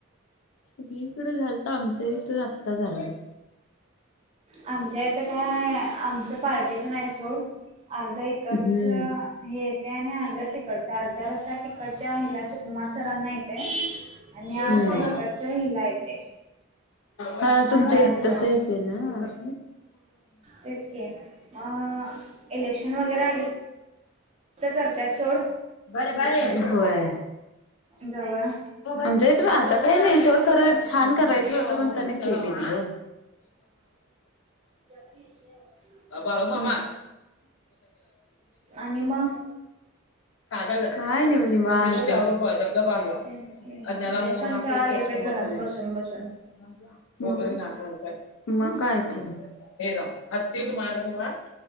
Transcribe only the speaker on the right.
आमच्या इथं काय आमच्या पार्टीशन आहे सोड आमच्या इकडंच-
हे येते आणि अर्धा तिकडचा अर्धा रस्ता तिकडच्या ह्याला सुकुमार सरांना येते. आणि
अर्धा इकडच हिला येते.
असं आहे आमचं
तेच की मग इलेक्शन वगैरे आले तर करतात सोड
जाऊया-
हेचे
आणि मग
तेच की लय कंटाळा आले बाई घरात बसून बसून